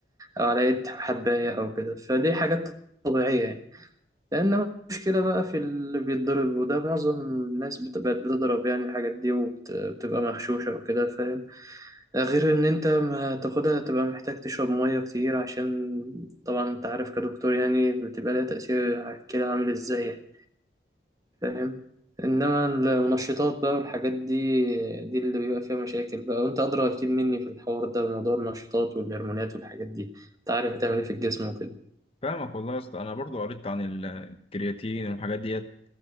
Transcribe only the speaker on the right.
او على هيئه حبايه او كده فدي حاجات طبيعيه يعني. لأن مشكلة بقى في اللي بيتضرب وده معظم الناس بت- بقت بتضرب يعني الحاجات دي وبتبقى مغشوشة وكده فاهم غير إن أنت ما تاخدها تبقى محتاج تشرب مية كتير عشان طبعا أنت عارف كدكتور يعني بتبقى لها تأثير على الكلى عامل إزاي يعني فاهم إنما المنشطات بقى والحاجات دي دي اللي بيبقى فيها مشاكل بقى وأنت أدرى أكيد مني في الحوار ده موضوع النشطات والهرمونات والحاجات دي أنت عارف بتعمل إيه في الجسم وكده